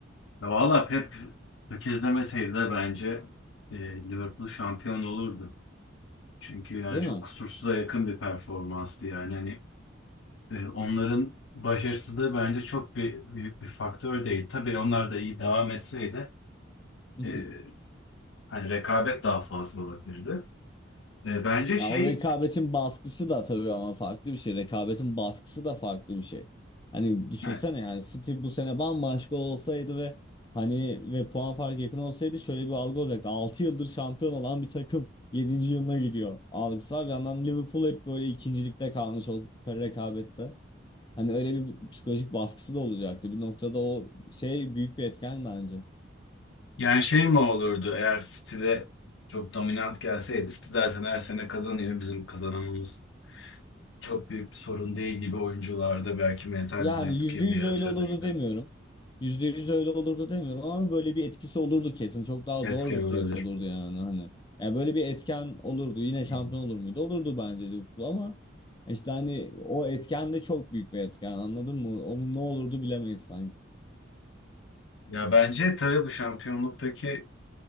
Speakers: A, on the left; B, on the left.
A: Ya valla Pep tökezlemeseydi de bence e, Liverpool şampiyon olurdu. Çünkü yani
B: Değil
A: çok
B: mi?
A: kusursuza yakın bir performanstı yani. Hani e, onların başarısızlığı bence çok bir büyük bir faktör değil. Tabii onlar da iyi devam etseydi
B: <laughs>
A: e, hani rekabet daha fazla olabilirdi. E, bence
B: Ya
A: şey
B: o rekabetin baskısı da tabii ama farklı bir şey. Rekabetin baskısı da farklı bir şey. Hani düşünsene
A: yani
B: yani City bu sene bambaşka olsaydı ve hani ve puan farkı yakın olsaydı şöyle bir algı olacaktı. 6 yıldır şampiyon olan bir takım yedinci yılına gidiyor algısı var. Bir yandan Liverpool hep böyle ikincilikte kalmış o rekabette. Hani öyle bir psikolojik baskısı da olacaktı. Bir noktada o şey büyük bir etken bence.
A: yani şey mi olurdu eğer City'de çok dominant gelseydi City zaten her sene kazanıyor bizim kazanamamız çok büyük bir sorun değil gibi oyuncularda belki mental
B: Yani
A: bir zayıflık
B: yüzde
A: gibi
B: yüz
A: yaratırdı
B: öyle olurdu
A: gibi.
B: demiyorum. Yüzde yüz öyle olurdu demiyorum ama böyle bir etkisi olurdu kesin. Çok daha
A: Etken
B: zor bir süreç
A: olabilir.
B: olurdu yani hani. Yani böyle bir etken olurdu. Yine şampiyon
A: Hı hı.
B: olur muydu? Olurdu bence Liverpool ama işte hani o etken de çok büyük bir etken anladın mı? Onun ne olurdu bilemeyiz sanki.
A: Ya bence tabii bu şampiyonluktaki